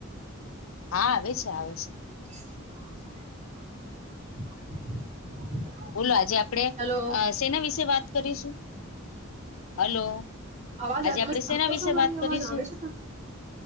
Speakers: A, on the left; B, on the right.
A: હા આવે છે આવે છે.
B: <unintelligible>
A: બોલો આજે આપડે
B: હેલો
A: સેના વિશે વાત કરીશું. હલો
B: અવાજ
A: આજે
B: આ- તમે
A: આપણેે
B: સાંભળો
A: સેના વિશે
B: છો મારી
A: વાત કરીશું.
B: અવાજ આવે છે તમને?